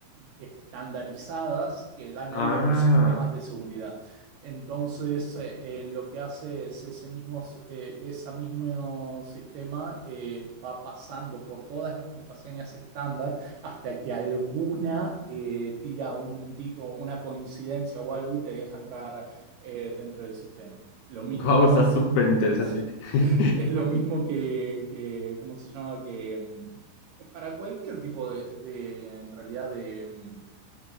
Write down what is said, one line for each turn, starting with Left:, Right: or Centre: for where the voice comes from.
Right: estandarizadas que dan
Left: Ah,
Right: algunos sistemas de seguridad. Entonces, eh, eh, lo que hace es ese mismo, s- eh, esa mismo sistema eh, va pasando por todas las contraseñas estándar hasta que alguna eh, tira un, ti- o una coincidencia o algo y te deja entrar eh, dentro del sistema. Lo mismo...
Left: wow, está súper interesante.
Right: <laughs>
Left: <laughs>
Right: Es lo mismo que, que, ¿cómo se llama? Que mm, para cualquier tipo de, de, en realidad, de, mm,